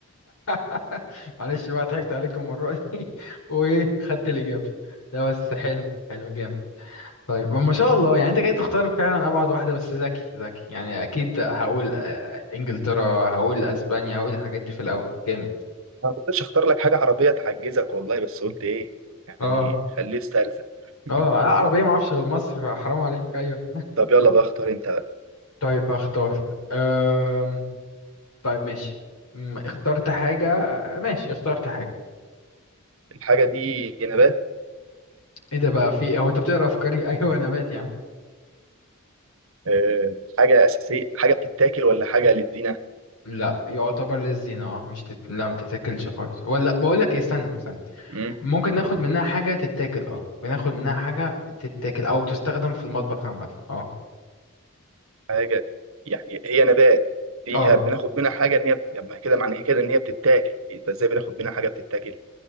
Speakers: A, on the left; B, on the right.
A: <laughs> معلش بقى ضحكت عليكم المره دي <laughs> وايه خدت الاجابه لا بس حلو حلو جامد طيب ما شاء الله يعني انت جاي تختار فعلا ابعد واحده بس ذكي ذكي يعني اكيد هقول آه، انجلترا هقول اسبانيا هقول الحاجات دي في الاول جامد
B: انا ما كنتش اختار لك حاجه عربيه تعجزك والله بس قلت ايه يعني
A: اه
B: خليه استرزق <laughs>
A: اه لا عربيه ما اعرفش غير مصر حرام عليك ايوه
B: طب يلا بقى اختار انت بقى
A: طيب هختار أم... طيب ماشي أم، اخترت حاجه ماشي اخترت حاجه
B: الحاجه دي نبات
A: ايه ده بقى في هو انت بتقرا افكاري <laughs> ايوه نبات يا عم
B: أه حاجه اساسيه حاجه بتتاكل ولا حاجه للدينه
A: لا يعتبر للزينه اه مش تت... لا ما تتاكلش خالص ولا بقول لك ايه استنى استنى
B: مم.
A: ممكن ناخد منها حاجة تتاكل اه بناخد منها حاجة تتاكل او تستخدم في المطبخ عامة اه
B: حاجه يعني هي نبات فيها
A: اه
B: بناخد منها حاجه ان هي لما كده معنى كده ان هي بتتاكل يبقى ازاي بناخد منها حاجه بتتاكل